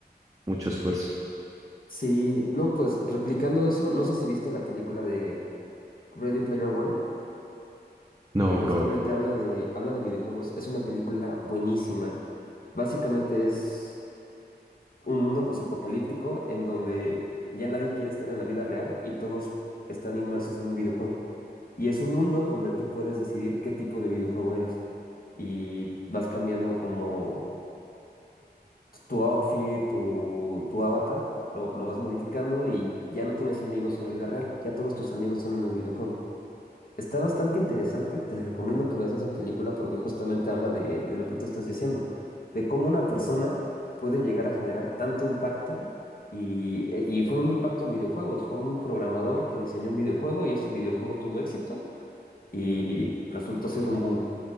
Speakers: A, on the right; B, on the left.
A: mucho esfuerzo?
B: Sí, no, pues replicando eso, no sé si viste la película de Ready Player One,
A: No,
B: que justamente
A: bro.
B: habla de, habla de videojuegos. Es una película buenísima. Básicamente es un mundo posapocalíptico en donde ya nadie quiere estar en la vida real y todos están inmersos en un videojuego. Y es un mundo donde tú puedes decidir qué tipo de videojuego eres. Y vas cambiando como tu outfit, tu, tu avatar, lo, lo vas modificando y ya no tienes amigos en la vida real, ya todos tus amigos son en el videojuego. Está bastante interesante, te recomiendo que veas esa película porque justamente habla de, de lo que tú estás diciendo, de cómo una persona puede llegar a generar tanto impacto y, e- y fue un impacto en videojuegos, fue un programador que diseñó un videojuego y ese videojuego tuvo éxito y resultó ser un boom.